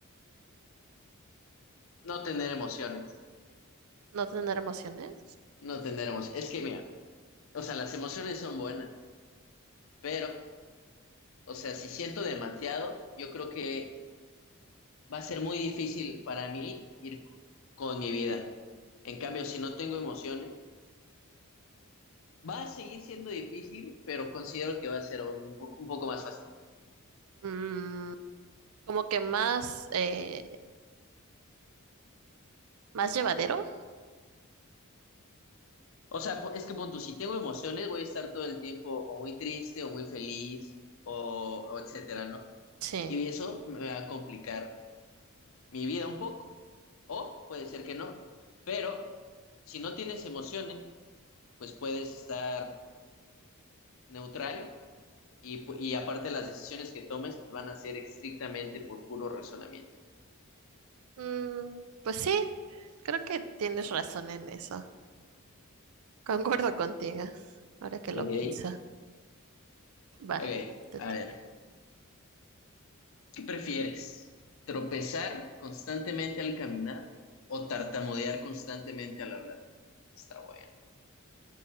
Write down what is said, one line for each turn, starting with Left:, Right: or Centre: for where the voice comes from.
Left: no tener emociones,
Right: No tener emociones.
Left: no tener emociones. Es que, mira, o sea, las emociones son buenas, pero, o sea, si siento demasiado, yo creo que Va a ser muy difícil para mí ir c- con mi vida. En cambio, si no tengo emociones, va a seguir siendo difícil, pero considero que va a ser un poco, un poco más fácil.
Right: mm, como que más, eh, más llevadero.
Left: O sea, po- es que punto, si tengo emociones, voy a estar todo el tiempo o muy triste o muy feliz o, o etcétera, ¿no?
Right: Sí.
Left: Y eso me va a complicar mi vida un poco. O puede ser que no, pero si no tienes emociones, pues puedes estar neutral Y, pu- y aparte las decisiones que tomes pues, van a ser estrictamente por puro razonamiento.
Right: Mm, pues sí, creo que tienes razón en eso. Concuerdo contigo. Ahora que lo
Left: Ok.
Right: pienso. Va,
Left: Ok,
Right: te
Left: a
Right: toca.
Left: ver, ¿qué prefieres? ¿Tropezar constantemente al caminar o tartamudear constantemente al hablar? Está bueno.